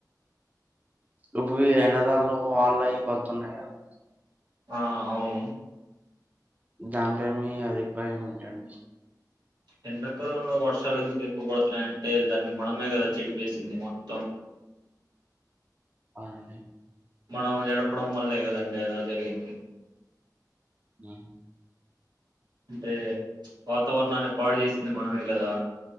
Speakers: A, on the right; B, on the right.
A: ఇప్పు ఎన్నదళ్లు వాన్ళ అయి పడుతున్నాయి కదా
B: ఆ అవును
A: దానిపై మీ అభిప్రాయం ఏంటండి
B: ఎండాకాలంలో వర్షాలు ఎందుకు ఎక్కువ పడుతున్నాయి అంటే దాన్ని మనమే కదా చెడిపేసింది మొత్తం
A: అడి
B: మనం చదవడం వల్లే కదండి అలా జరిగింది
A: బ
B: అంటే వాతావరణాన్ని పాడు చేసింది మనమే కదా